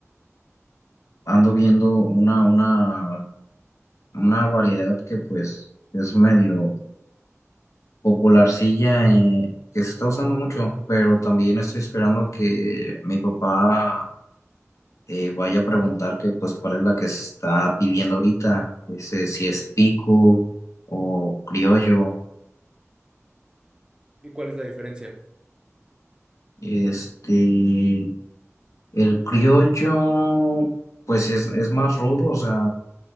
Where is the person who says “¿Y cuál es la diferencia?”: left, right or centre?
Right